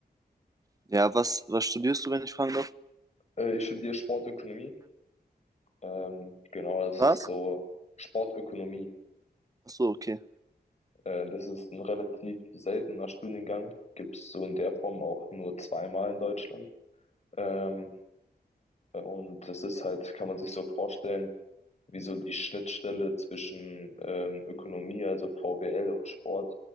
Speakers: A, on the right; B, on the left.
A: ja, was, was studierst du, wenn ich fragen darf?
B: Äh, ich studiere Sportökonomie. Ähm, genau, das
A: Was?
B: ist so Sportökonomie.
A: Achso, okay.
B: Äh, das ist ein relativ seltener Studiengang. Gibt's so in der Form auch nur zweimal in Deutschland. Ähm, und das ist halt, kann man sich so vorstellen, wie so die Schnittstelle zwischen ähm, Ökonomie, also VWL und Sport.